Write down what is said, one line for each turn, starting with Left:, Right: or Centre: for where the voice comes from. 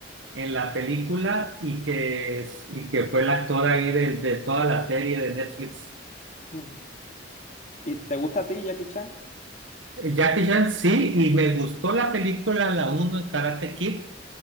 Right: en la película y que, y que fue el actor ahí de, de toda la serie de Netflix.
Left: Mm. ¿Y te gusta a ti Jackie Chan?
Right: Jackie Chan, sí, y me gustó la película, la uno en Karate Kid,